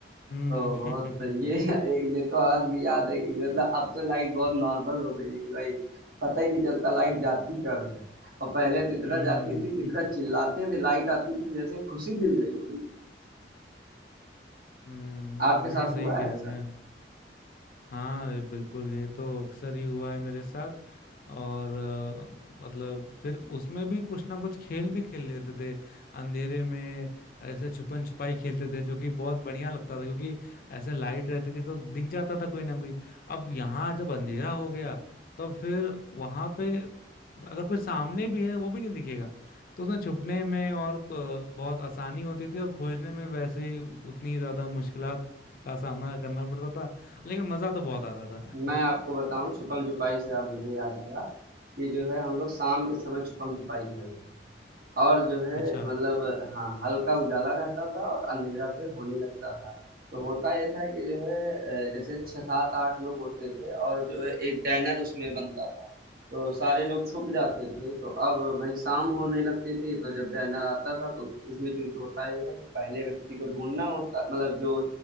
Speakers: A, on the left (about 50°); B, on the right (about 55°).
A: हम्म
B: तो बहुत ये
A: <laughs>
B: ये तो आज भी याद है कि मतलब अब तो लाइट बहुत नॉर्मल हो गई है कि भाई पता ही नहीं चलता लाइट जाती कब है। और पहले तो इतना
A: हम्म
B: जाती थी कि इतना
A: हम्म।
B: चिल्लाते थे, लाइट आती थी जैसे खुशी मिल गई कोई।
A: हम्म
B: आपके साथ
A: नहीं सही
B: हुआ
A: कह
B: है ऐसा?
A: रहे हैं हाँ अरे बिल्कुल ये तो अक्सर ही हुआ है मेरे साथ और अ, मतलब फिर उसमें भी कुछ ना कुछ खेल भी खेल लेते थे अंधेरे में ऐसे छुपन छुपाई खेलते थे जो कि बहुत बढ़िया लगता था क्योंकि ऐसे लाइट रहती थी तो दिख जाता था कोई ना कोई अब यहाँ जब अंधेरा हो गया तब फिर वहां पे अगर कोई सामने भी है वो भी नहीं दिखेगा तो उसमें छुपने में और अ, बहुत आसानी होती थी और खोजने में वैसे ही उतनी ज्यादा मुश्किलात का सामना करना पड़ता था लेकिन मजा तो बहुत आता था
B: मैं आपको बताऊं छुपम छुपाई से आप मुझे याद आया कि जो है हम लोग शाम के समय छुपम छुपाई खेलते थे और जो है
A: <laughs> अच्छा
B: मतलब हाँ हल्का उजाला रहता था और अंधेरा फिर होने लगता था तो होता यह था कि जो है अ, जैसे छः सात आठ लोग होते थे और जो है एक डैनर उसमें बनता था तो सारे लोग छुप जाते थे तो अब भाई शाम होने लगती थी तो जब डैनर आता था तो उसमें चूंकि होता यह था कि पहले व्यक्ति को ढूंढना होता मतलब जो